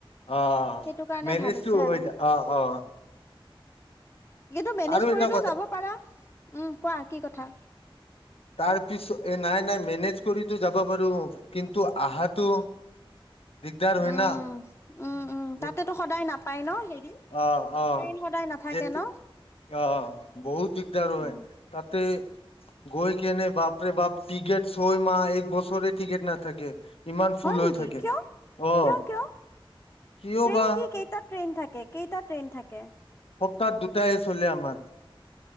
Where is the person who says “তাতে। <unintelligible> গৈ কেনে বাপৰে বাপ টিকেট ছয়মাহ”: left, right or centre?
Left